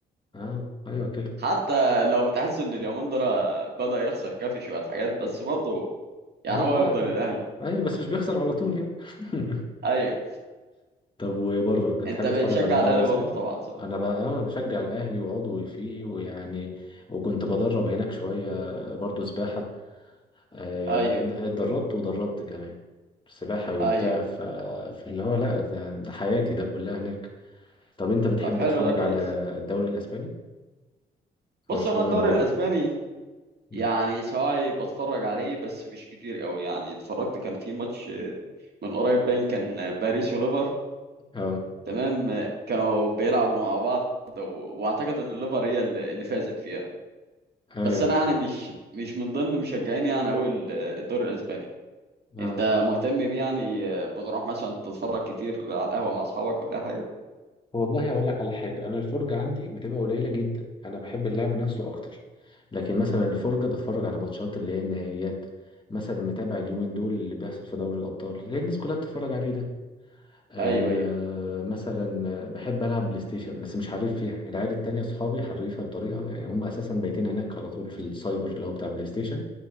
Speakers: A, on the left; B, on the right.
A: آه، ايوه كده
B: حتى لو تحس إن اليومين دول بدأ يخسر كافي شوية حاجات بس برضه يعني
A: اه
B: هو
A: لا
B: يفضل الأهلي
A: ايوه بس مش بيخسر على طول يعني <laughs>
B: أيوه
A: طب وبره بتحب
B: أنت بتشجع
A: تتفرج على الدوري
B: الأهلي
A: الاسباني
B: برضه طبعا صح
A: انا بقى اه بشجع الاهلي وعضوي فيه ويعني وكنت بدرب هناك شويه برضو سباحه آه،
B: أيوه
A: ات- اتدربت ودربت كمان سباحه وبتاع
B: أيوه
A: ف... فاللي هو لا ده ده حياتي ده كلها هناك طب انت بتحب
B: طب حلو
A: تتفرج
B: ده كويس
A: على الدوري الاسباني
B: بص
A: برشلونة
B: أنا الدوري
A: وريال
B: الأسباني
A: مم.
B: يعني سواء بتفرج عليه بس مش كتير قوي يعني اتفرجت كان في ماتش آه، من قريب باين كان باريس وليفر
A: اه
B: تمام كانوا بيلعبوا مع بعض و- واعتقد ان الليفر هي اللي اللي فازت فيها
A: ايوه
B: بس انا يعني مش مش من ضمن مشجعين يعني قوي الدوري الاسباني
A: اه
B: انت مهتم بيه يعني بتروح مثلا تتفرج كتير على القهوة مع اصحابك ولا أي حاجة
A: والله اقول لك على حاجه انا الفرجه عندي بتبقى قليله جدا انا بحب اللعب نفسه اكتر لكن مثلا الفرجه بتفرج على ماتشات اللي هي النهائيات مثلا متابع اليومين دول اللي بيحصل في دوري الابطال اللي هي الناس كلها بتتفرج عليه ده آه
B: ايوه ايوه
A: مثلا بحب العب بلاي ستيشن بس مش حريف فيها العيال التانية صحابي حريفها بطريقه يعني هم اساسا بايتين هناك على طول في السايبر اللي هو بتاع بلاي ستيشن